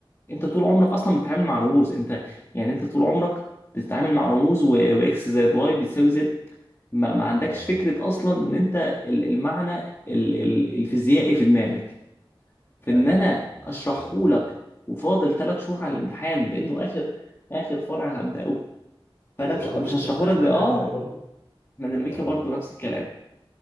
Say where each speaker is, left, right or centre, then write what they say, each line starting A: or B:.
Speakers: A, on the left; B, on the left.
A: انت طول عمرك اصلا بتتعامل مع رموز انت يعني انت طول عمرك بتتعامل مع رموز و- واكس زائد واي بتساوي زد ما, ما عندكش
B: اه
A: فكره اصلا ان انت ال- المعنى ال- ال- الفيزيائي في دماغك فان
B: ايوه
A: انا اشرحه
B: فاهم
A: لك وفاضل ثلاث شهور على الامتحان بانه اخر اخر فرع هبداه فانا
B: ايه ده
A: مش
B: برضو
A: مش
B: انت
A: هشرحه
B: بدات
A: لك
B: اخر
A: ده اه
B: فرع برضو
A: احنا ديناميكا
B: يا نهار
A: برضو
B: ابيض
A: نفس الكلام